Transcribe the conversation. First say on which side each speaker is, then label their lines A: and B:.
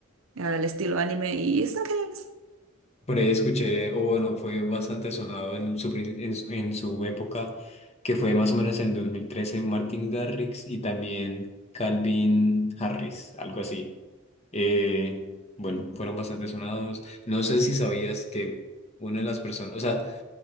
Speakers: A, on the right; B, on the left.
A: al estilo anime y están geniales.
B: Por ahí escuché, o bueno, fue bastante sonado en su, prin- en, su en su época, que fue más o menos en el 2013 Martin Garrix y también Calvin Harris, algo así. Eh, bueno, fueron bastante sonados. No sé si sabías que una de las personas, o sea,